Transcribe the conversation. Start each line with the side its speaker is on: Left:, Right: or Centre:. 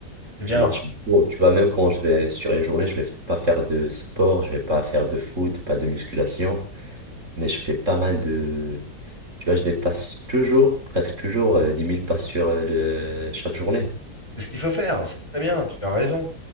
Left: C'est bien.
Right: Je marche beaucoup. Tu vois, même quand je vais sur une journée, je vais pas faire de sport, je vais pas faire de foot, pas de musculation, mais je fais pas mal de... Tu vois, je dépasse toujours, presque toujours, euh, 10 000 pas sur euh, le... chaque journée.
Left: C'est ce qu'il faut faire. C'est très bien. Tu as raison.